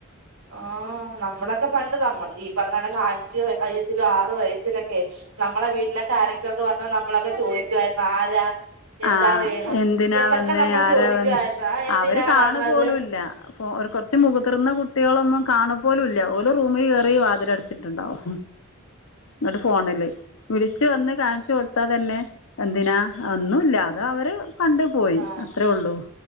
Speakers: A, on the right (about 85°); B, on the left (about 70°).
A: ആ നമ്മളൊക്കെ പണ്ട് നമ്മൾ ഈ പറയണകണക്ക് അഞ്ചു വയസ്സിലോ ആറ് വയസ്സിലൊ നമ്മളെ വീട്ടിലൊക്കെ ആരെങ്കിലൊക്കെ വന്നാ നമ്മളൊക്കെ ചോയ്ക്കായിരുന്നു ആരാ എന്താ
B: ആഹ്
A: വേണം
B: എന്തിനാ
A: എന്നൊക്കെ
B: വന്നേ
A: നമ്മൾ
B: ആരാ
A: ചോദിക്കുവായിരുന്നു
B: വന്ന്
A: ആ എന്തിനാ
B: അവര് കാണു
A: വന്നത്
B: പോലുംല്ല കൊറച്ച് മുതിർന്ന കുട്ടിക ളൊന്നും കാണ പോലുല്ല റൂമിൽ കേറി വാതിലട്ച്ചിട്ടുണ്ടാവും ങ്ങട്ട് ഫോണില് വിളി ച്ചു വന്ന് കാണ്ച്ചു കൊടുത്താ തന്നെ എന്തിനാ ഒന്നുല്ലാ അതവര് കണ്ടു പോയി
A: ആ
B: അത്രയേ ഉള്ളു